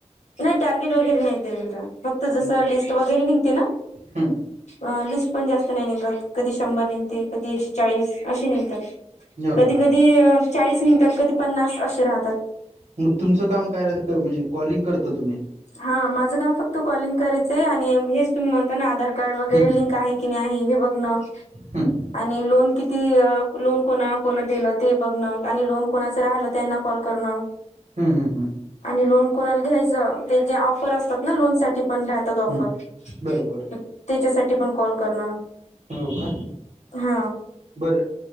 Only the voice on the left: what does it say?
नाही टार्गेट वगैरे नाही ते र फक्त जसं
लिस्ट वगैरे निघते ना
अ लिस्ट पण जास्त नाही निघत, कधी शंभर निघते, कधी एकशे चाळीस. अशी निघतात,
कधी
कधी चाळीस निघतात, कधी पन्नास असे राहतात.
हा माझं काम फक्त कॉलिंग करायचंय. आणि हेच तुम्ही म्हणता ना आधार कार्ड वगैरे
लिंक आहे. कि, नाही हे बघ न.
आणि लोन, किती लोन कोणा कोण दिलं, ते बघण आणि लोन कोणाचं राहिल त्यांना कॉल कर ना
आणि लोन कोणाला घ्यायचं त्या जे ऑफर असतात. ना लोन साठी पण राहतात ऑफर
त्याच्यासाठी पण कॉल करणार
हा